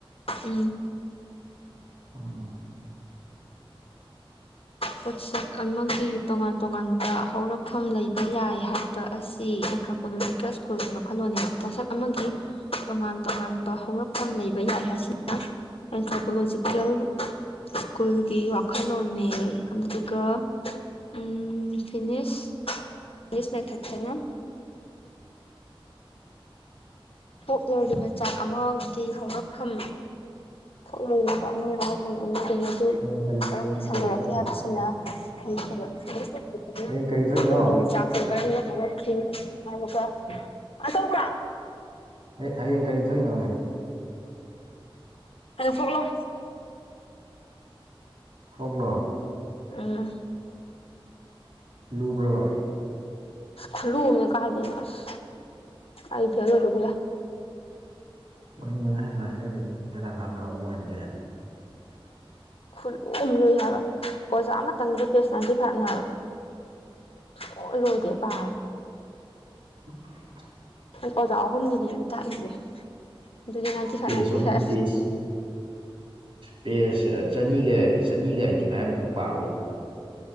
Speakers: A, on the left; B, on the right.
A: ꯎꯝ
B: <unintelligible>
A: ꯄꯣꯠꯁꯛ ꯑꯃꯒꯤ ꯇꯣꯉꯥꯟ ꯇꯣꯉꯥꯟꯕ ꯍꯧꯔꯛꯐꯝ ꯂꯩꯕ ꯌꯥꯏ ꯍꯥꯏꯕ ꯑꯁꯤ ꯑꯦꯟꯊ꯭ꯔꯣꯄꯣꯂꯣꯖꯤꯀꯦꯜ ꯁꯀꯨꯜꯒꯤ ꯋꯥꯈꯜꯂꯣꯟꯅꯦꯕ ꯄꯣꯠꯁꯛ ꯑꯃꯒꯤ ꯇꯣꯉꯥꯟ ꯇꯣꯉꯥꯟꯕ ꯍꯧꯔꯛꯐꯝ ꯂꯩꯕ ꯌꯥꯏ ꯂꯩ ꯍꯥꯏꯁꯤꯅ ꯑꯦꯟꯊ꯭ꯔꯣꯀꯣꯂꯣꯖꯤꯀꯦꯜ ꯁ꯭ꯀꯨꯜꯒꯤ ꯋꯥꯈꯜꯂꯣꯟꯅꯦ ꯑꯗꯨꯒ ꯎꯝ ꯐꯤꯅꯤꯁ ꯐꯦꯅꯤꯁ ꯃꯦꯊꯠꯇꯥꯅ
B: <inaudible>
A: ꯐꯣꯛꯂꯣꯔꯒꯤ ꯃꯆꯥꯛ ꯑꯃꯒꯤ ꯍꯧꯔꯛꯐꯝ ꯐꯣꯛꯂꯣꯔ ꯝꯆꯛ ꯑꯃꯒꯤ ꯍꯧꯔꯛꯐꯝ ꯑꯗꯤ ꯃꯗꯨ
B: ꯍꯌꯦꯡ ꯀꯔꯤ
A: ꯀꯔꯝꯅ
B: ꯍꯌꯦꯡ
A: ꯁꯥꯟꯗꯣꯔꯛ
B: ꯀꯔꯤ ꯊꯣꯛꯏꯅꯣ
A: ꯀꯤ ꯍꯥꯏꯕꯁꯤꯅ <unintelligible>
B: ꯍꯌꯦꯡ ꯀꯔꯤ ꯊꯣꯛꯏꯅꯣ
A: ꯐꯣꯛꯂꯣꯔꯒꯤ ꯃꯆꯥꯛꯁꯦ ꯀꯔꯝꯅ ꯍꯧꯔꯛꯈꯤ ꯍꯥꯏꯕꯒ ꯃꯥ ꯀꯧꯕ꯭ꯔꯣ
B: ꯑꯦ ꯍꯌꯦꯡ ꯀꯔꯤ ꯊꯣꯛꯏꯅꯣ ꯃꯦ
A: ꯍꯌꯦꯡ ꯐꯣꯛꯂꯣꯔ
B: ꯐꯣꯛꯂꯣꯔ
A: ꯎꯝ
B: ꯂꯨꯕ꯭ꯔꯥꯕ
A: ꯈꯨꯠꯂꯨꯃꯅꯤ ꯀꯥꯏꯗꯩꯅꯣ ꯑꯁ ꯑꯩ ꯐꯦꯜ ꯑꯣꯏꯕ ꯌꯥꯏ
B: ꯑꯣꯏꯍꯟꯒ ꯅꯨꯍꯦ ꯂꯥꯁꯇ꯭ ꯏꯌꯔ ꯗꯤ ꯕꯦꯔꯥ ꯀꯥꯗ꯭ꯔꯣ ꯑꯃꯨꯛ ꯍꯟꯂꯥꯗꯤ
A: ꯈꯨꯠꯂꯨ ꯑꯃꯥ ꯂꯨꯏ ꯍꯥꯏꯕ ꯑꯣꯖꯥ ꯑꯃꯇꯪꯒꯤ ꯄꯦꯖ ꯅꯥꯏꯟꯇꯤ ꯐꯥꯏꯞꯅꯦ ꯍꯥꯏꯕ ꯁꯨꯡꯂꯣꯏ ꯂꯣꯏꯗꯦ ꯄꯕꯥ
B: <inaudible>
A: ꯑꯩ ꯑꯣꯖꯥ ꯑꯍꯨꯝꯒꯤꯅꯦꯕ ꯇꯥꯛꯏꯁꯦ ꯑꯗꯨꯗꯤ ꯅꯥꯏꯟꯇꯤ ꯐꯥꯏꯚ
B: ꯄꯦꯁ
A: ꯅꯥꯏꯟꯇꯤ
B: ꯑꯍꯨꯝ
A: ꯐꯥꯏꯚ
B: ꯄꯦꯁ ꯄꯦꯁ ꯆꯅꯤꯒ ꯆꯅꯤꯒ ꯑꯩꯥꯏꯠꯇꯤ ꯐꯥꯏꯚ ꯃꯨꯈꯛ ꯄꯥꯕꯕꯨ